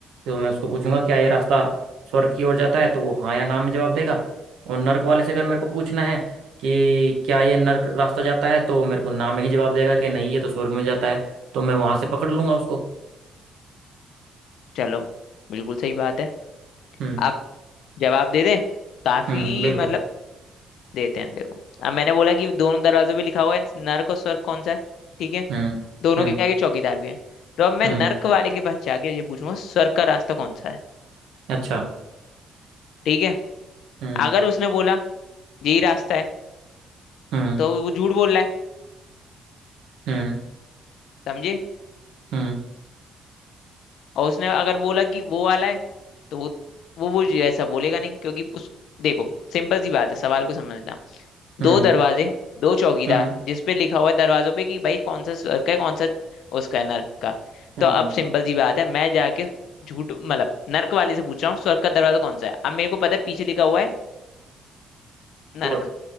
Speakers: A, on the right; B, on the left.
A: तो मैं उसको पूछूंगा क्या ये रास्ता स्वर्ग की ओर जाता है तो वो हाँ या ना में जवाब देगा और नर्क वाले से अगर मेरे को पूछना है कि क्या ये नर्क रास्ता जाता है तो वो मेरे को ना में ही जवाब देगा कि नहीं ये तो स्वर्ग में जाता है तो मैं वहां से पकड़ लूंगा उसको
B: चलो बिल्कुल सही बात है
A: हम्म
B: आप जवाब दे दें काफी
A: हम्म बिल्कुल
B: मतलब देते हैं देखो अब मैंने बोला कि दोनों दरवाजों पे लिखा हुआ है नर्क और स्वर्ग कौन सा है ठीक है
A: हम्म
B: दोनों
A: हम्म
B: के आगे चौकीदार भी है तो अब मैं
A: हम्म
B: नर्क वाले के पास जाके ये पूछूंगा स्वर्ग का रास्ता कौन सा है
A: अच्छा
B: ठीक है
A: हम्म
B: अगर उसने बोला यही रास्ता है
A: हम्म
B: तो वो झूठ बोल रहा है
A: हम्म
B: समझे
A: हम्म
B: और उसने अगर बोला कि वो वाला है तो वो वो वो जो ऐसा बोलेगा नहीं क्योंकि उस देखो सिंपल सी बात है सवाल को समझना
A: हम्म
B: दो दरवाजे दो चौकीदार
A: हम्म
B: जिसपे लिखा हुआ है दरवाजों पे कि भाई कौन सा स्वर्ग का है कौन सा उसका है नर्क का
A: हम्म
B: तो अब
A: हम्म,
B: सिंपल सी बात है मैं जाके झूठ मतलब नर्क वाले से पूछ रहा हूँ स्वर्ग का दरवाजा कौन सा है अब मेरे को पता है पीछे लिखा हुआ है नर्क
A: स्वर्ग